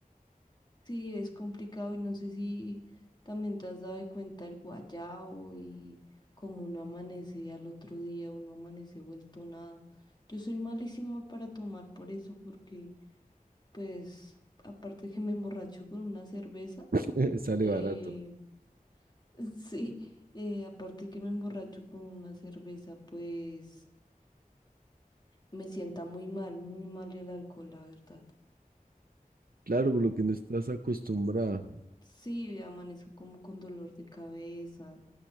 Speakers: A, on the left; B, on the right.
A: Sí, es complicado y no sé si también te has dado cuenta el guayao y como uno amanece al otro día, uno amanece vuelto nada. Yo soy malísima para tomar por eso porque pues aparte que me emborracho con una cerveza,
B: <laughs> Sale
A: eh,
B: barato.
A: <laughs> sí, eh, aparte que me emborracho con una cerveza, pues me sienta muy mal, muy mal el alcohol, la verdad.
B: Claro, por lo que no estás acostumbrada.
A: Sí, amanezco como con dolor de cabeza,